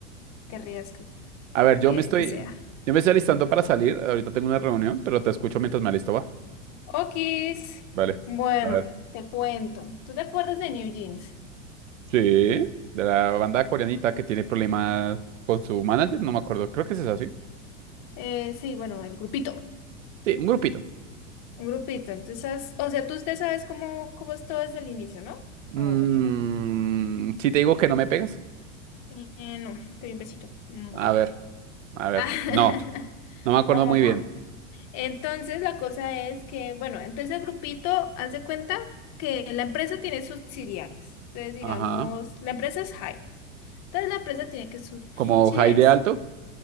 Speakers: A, on the left (about 45°); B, on the right (about 85°).
A: querrías que,
B: A ver, yo
A: que,
B: me estoy,
A: que sea.
B: yo me estoy alistando para salir. Ahorita tengo una reunión, pero te escucho mientras me alisto, va.
A: Okis.
B: Vale.
A: Bueno,
B: A ver.
A: te cuento. ¿Tú te acuerdas de New Jeans?
B: Sí, de la banda coreanita que tiene problemas con su manager, no me acuerdo. Creo que es así.
A: Eh, sí, bueno, el grupito.
B: Sí, un grupito.
A: Un grupito. Entonces, o sea, tú usted sabes cómo, cómo es todo desde el inicio, ¿no?
B: Mm,
A: O, o te lo
B: si te digo que no me pegas.
A: Eh, no, te doy un besito. Mua.
B: A ver, a ver.
A: <laughs>
B: No, no me acuerdo
A: Mua, mua,
B: muy
A: mua.
B: bien.
A: Entonces la cosa es que, bueno, entonces el grupito, haz de cuenta que la empresa tiene subsidiarias. Entonces, digamos,
B: Ajá.
A: la empresa es Hype. Entonces la empresa tiene que sus
B: Como
A: subsidiarias.
B: Jaide Alto.